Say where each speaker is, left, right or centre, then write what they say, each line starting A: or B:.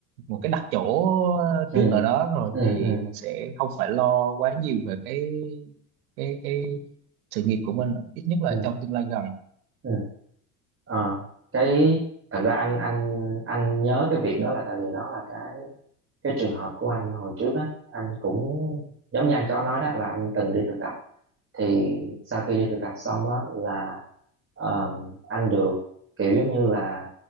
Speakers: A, on the right (about 65°); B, on the right (about 30°).
A: một cái đặt chỗ
B: ừ
A: trước ở đó rồi
B: ừ
A: thì
B: ừ
A: mình sẽ không phải lo quá nhiều về cái cái cái sự nghiệp của mình ít nhất là
B: ừ
A: trong tương lai gần
B: ừ Ờ, cái thật ra anh anh anh nhớ cái việc đó là tại vì nó là cái cái trường hợp của anh hồi trước á anh cũng giống như anh có nói đó là anh từng đi thực tập thì sau khi đi thực tập xong á là ờm, anh được kiểu giống như là